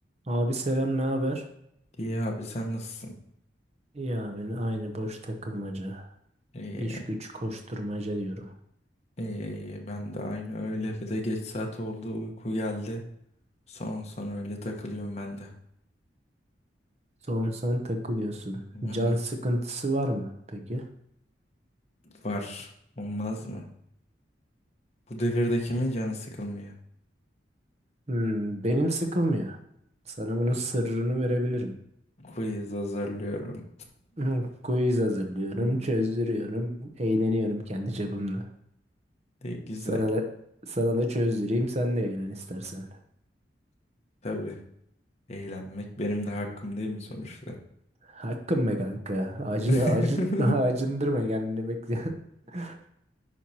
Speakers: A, on the right; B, on the left.
A: Abi selam ne haber?
B: İyi abi sen nasılsın?
A: İyi abi aynı boş takılmaca.
B: İyi.
A: İş güç koşturmaca diyorum.
B: İyi iyi ben de aynı öyle bir de geç saat oldu uyku geldi. Son son öyle takılıyorum ben de.
A: Son son takılıyorsun.
B: Hı
A: Can
B: hı.
A: sıkıntısı var mı peki?
B: Var. Olmaz mı? Bu devirde kimin canı sıkılmıyor?
A: Hmm, benim sıkılmıyor. Sana bunun sırrını verebilirim.
B: Quiz hazırlıyorum.
A: Hmm, Quiz hazırlıyorum,
B: <laughs>
A: çözdürüyorum, eğleniyorum kendi çapımla.
B: De güzel.
A: Sana da sana da çözdüreyim sen de eğlen istersen.
B: Tabii. Eğlenmek benim de hakkım değil mi sonuçta?
A: Hakkım be kanka. Acı
B: <laughs>
A: acı <laughs> acındırma kendini bekle. <laughs>